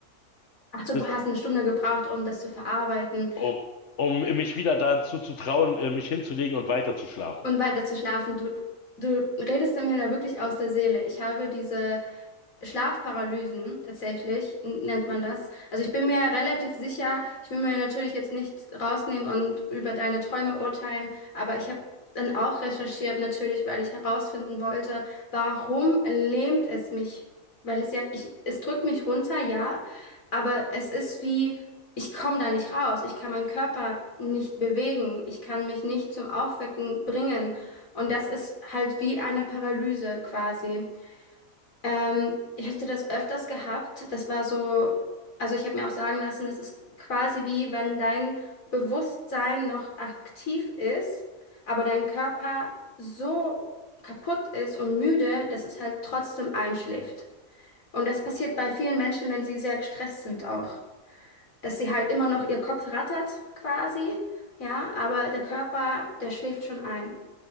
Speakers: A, on the left; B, on the left.
A: Ach so,
B: Das,
A: du hast eine Stunde gebraucht, um das zu verarbeiten.
B: um, um mich wieder dazu zu trauen, äh, mich hinzulegen und weiterzuschlafen.
A: Und weiter zu schlafen. Du, du redest mir da wirklich aus der Seele. Ich habe diese Schlafparalysen, tatsächlich, n- nennt man das. Also ich bin mir relativ sicher, ich will mir natürlich jetzt nicht rausnehmen und über deine Träume urteilen, aber ich habe dann auch recherchiert natürlich, weil ich herausfinden wollte, warum lähmt es mich? Weil es ja, ich, es drückt mich runter, ja, aber es ist wie ich komme da nicht raus. Ich kann meinen Körper nicht bewegen. Ich kann mich nicht zum Aufwecken bringen. Und das ist halt wie eine Paralyse quasi. Ähm, ich hatte das öfters gehabt. Das war so, also ich habe mir auch sagen lassen, das ist quasi wie wenn dein Bewusstsein noch aktiv ist, aber dein Körper so kaputt ist und müde, dass es halt trotzdem einschläft. Und das passiert bei vielen Menschen, wenn sie sehr gestresst sind auch dass sie halt immer noch ihr Kopf rattert quasi, ja, aber der Körper, der schläft schon ein.